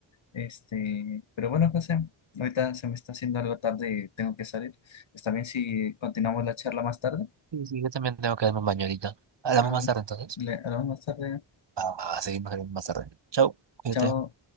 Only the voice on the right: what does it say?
Sí, sí, yo también tengo que darme un baño ahorita. Hablamos
más
tarde entonces.
Ah, seguimos hablando más tarde. Chau, cuídate.